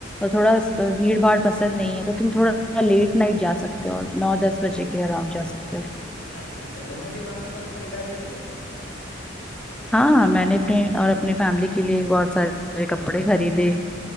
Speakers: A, in the centre; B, on the left (about 75°).
A: थोड़ा भीड़ भाड़ पसंद नहीं है तो तुम थोड़ा लेट नाइट जा सकते हो और नौ दस बजे के अराउंड जा सकते हो
B: अच्छा अच्छा तुमने भी वहां से कुछ खरीदारी की
A: हाँ हाँ मैंने अपने और अपने फैमिली के लिए बहुत सारे कपड़े खरीदे